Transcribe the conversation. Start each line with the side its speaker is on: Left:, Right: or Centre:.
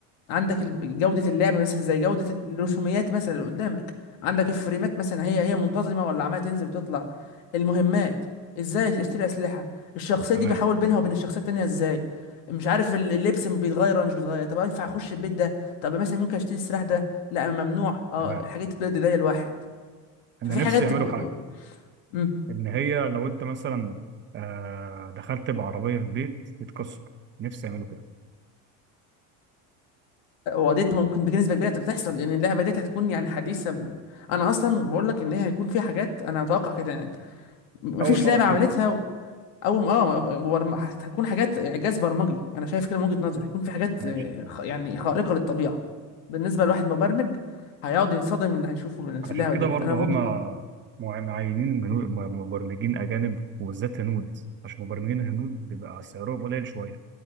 Left: عندك ال- جودة اللعب مثلا زي جودة الرسوميات مثلا اللي قدامك عندك الفريمات مثلا هي هي منتظمة ولا عمالة تنزل بتطلع المهمات ازاي اشتري اسلحة الشخصية
Right: تمام
Left: دي بحاول بينها وبين الشخصية التانية ازاي مش عارف ال- اللبس بيتغير ولا مش بيتغير طب ينفع اخش البيت ده طب مثلا ممكن اشتري السلاح ده لا ممنوع اه
Right: تمام
Left: الحاجات دي بتضايق الواحد
Right: أنا
Left: ففي
Right: نفسي
Left: حاجات
Right: يعملوا
Left: بتج-
Right: حاجة
Left: امم
Right: إن هي لو أنت مثلا آه، دخلت بعربية في البيت تتكسر نفسي يعملوا كده
Left: وقضيت ممكن بنسبة كبيرة بتحصل لأن اللعبة دي هتكون يعني حديثة و... أنا أصلا بقول لك إن هي هيكون فيها حاجات أنا أتوقع كده يعني مفيش
Right: أول مرة
Left: لعبة
Right: تشوفها
Left: عملتها او اه برم... هتكون حاجات اعجاز برمجي انا شايف كده من وجهة نظري هيكون في حاجات
Right: ماشي
Left: آه،
Right: تمام
Left: خ- يعني خارقة للطبيعة بالنسبة
Right: تمام
Left: لواحد مبرمج هيقعد ينصدم من اللي هيشوفه من في
Right: علشان
Left: اللعبة
Right: كده
Left: ديت
Right: برضه
Left: انا
Right: هما
Left: من وجهة نظري
Right: مع- معينين جنو- م- مبرمجين أجانب وبالذات هنود عشان مبرمجين الهنود بيبقى سعرهم قليل شوية